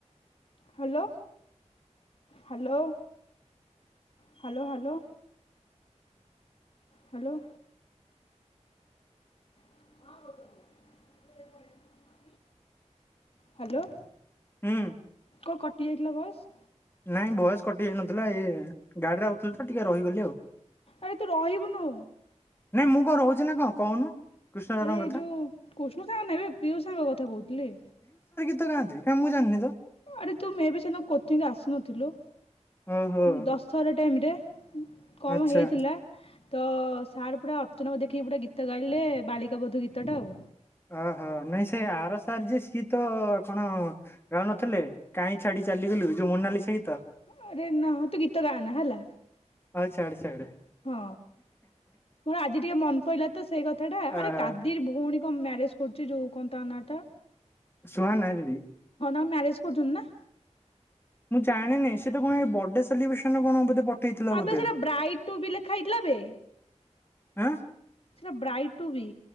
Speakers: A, on the left; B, on the left.
A: Hello Hello.. hello Hello hello.. <unintelligible> Hello..
B: ହୁଁ।।
A: କଣ କଟିଯାଇଥିଲା ଭୟସେ
B: ନାଇଁ ଭୟସ କଟି ଯାଇନଥିଲା ଏଇ ଗାଡିରେ ଆଉଥିଲ ତ ଟିକେ ରହିଗଲି ଆଉ
A: ଆରେ ତୁ ରହିବୁନୁ
B: ନାଇଁ ମୁଁ କଣ ରହୁଛିି ନା କଣ କହୁନୁ କୃଷ୍ଣ ସାରଙ୍କ
A: ଆରେ
B: କଥା
A: ଯେଉଁ କୃଷ୍ଣ ସାର ନାହିଁ ବେ ପିୟୁ ସାଙ୍ଗ କଥା କହୁଥିଲି।।
B: କାହାନ୍ତି କାଇଁ ମୁଁ ଜାଣିନି ତ।।
A: ଆରେ ତୁ ମେ ବି ସେ ଦିନ କୋଚିଂ ଆସିନଥିଲୁ
B: ଓହୋ
A: ଦଶ ଟାଇମିଂ ରେ କମ
B: ଆଚ୍ଛା
A: ହେଇଥିଲା ତ ସାର୍ ପୁରା ଅର୍ଚ୍ଚନାକୁ ଦେଖିକି ପୁରା ଗୀତ ଗାଇଲେ ବାଳିକା ବୋଧ ଗୀତଟା ଆଉ
B: ଓହୋ ନାଇଁ ସେ ଆର ସାର ଯେ ସେତ କଣ ଗାଉନଥିଲେ କାଇଁ ଛାଡି ଚାଲିଗଲୁ ଯୋଉ ମୋନାଲିଶା ଗୀତ।।
A: ଆରେ ନାଁ ତୁ ଗୀତ ଗା ନା ହେଲା,
B: ହଉ ଛାଡେ ଛାଡେ
A: ହଁ ମୋର ଆଜି ଟିକେ ମନ ପଡିଲ ତ ସେ କଥ କଥାଟା
B: ଓହୋ
A: ଆରେ କାଦିର ଭଉଣୀ କଣ ମ୍ୟାରେଜ କରୁଛି ଯୋଉ କଣ ତ କର୍ଣ୍ଣାଟକ
B: ସୁହା ନା ଦିଦି
A: ଆ ମ୍ୟାରେଜ୍ କରୁଛନ୍ତି ନା,
B: ମୁଁ ଜାଣିନି ସେଟା କଣ ବଡେ ସେଲିବ୍ରେସନ କଣ ପଠେଇଥିଲା
A: ଆବେ
B: ବୋଧେ
A: ସେଟା ବ୍ରାଇଡଟୁ ବି ଲେଖାହେଇଥିଲା ବେ,
B: ଆଁ
A: ସେଇଟା ବ୍ରାଇଡ ଟୁ ବି